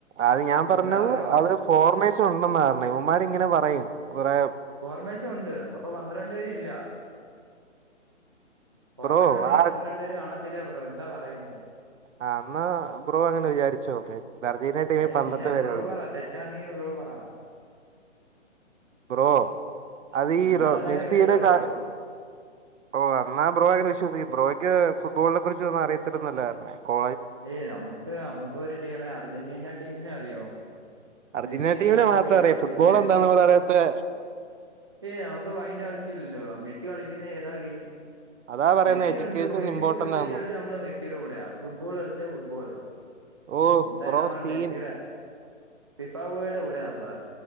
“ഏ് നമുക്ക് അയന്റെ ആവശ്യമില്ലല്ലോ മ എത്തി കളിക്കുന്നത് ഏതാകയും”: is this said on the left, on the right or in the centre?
Right